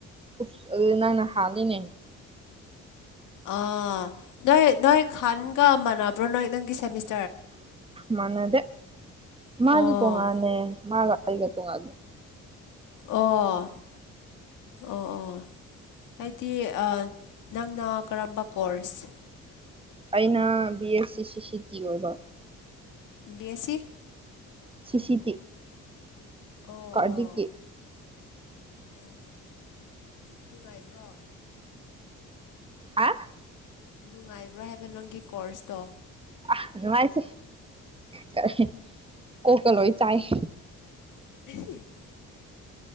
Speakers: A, on the right (about 20°); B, on the left (about 85°).
A: ꯎꯁ ꯑꯗꯨꯗꯤ ꯅꯪꯅ ꯍꯥꯜꯂꯤꯅꯦ
B: ꯑ ꯅꯣꯏ ꯅꯣꯏ ꯈꯥꯟꯒ ꯃꯥꯟꯅꯕ꯭ꯔꯣ ꯅꯣꯏ ꯅꯪꯒꯤ ꯁꯦꯃꯤꯁ
A: ꯃꯥꯟꯅꯗꯦ
B: ꯑꯣ
A: ꯃꯥꯗꯤ ꯇꯣꯡꯉꯥꯟꯅꯦ ꯃꯥꯒ ꯑꯩꯒ ꯇꯣꯡꯉꯥꯟꯅꯦ
B: ꯑꯣ ꯑꯣ ꯑꯣ ꯍꯥꯏꯗꯤ ꯅꯪꯅ ꯀꯔꯝꯕ ꯀꯣꯔꯁ
A: ꯑꯩꯅ ꯕꯤ ꯑꯦ ꯁꯤ ꯁꯤ ꯁꯤ ꯇꯤ ꯑꯣꯏꯕ
B: ꯕꯤ ꯑꯦ ꯁꯤ
A: ꯁꯤ ꯁꯤ ꯇꯤ
B: ꯑꯣ
A: ꯀꯥꯔꯗꯤꯛꯀꯤ
B: ꯑꯣ ꯑꯣ ꯅꯨꯡꯉꯥꯏꯕ꯭ꯔꯣ
A: ꯍꯥ
B: ꯅꯨꯡꯉꯥꯏꯕ꯭ꯔꯣ ꯍꯥꯏꯕ ꯅꯪꯒꯤ ꯀꯣꯔꯁꯇꯣ
A: ꯑ ꯅꯨꯡꯉꯥꯏꯇꯦ ꯀꯔꯤ ꯀꯣꯛꯀ ꯂꯣꯏ ꯆꯥꯛꯑꯦ
B: <unintelligible>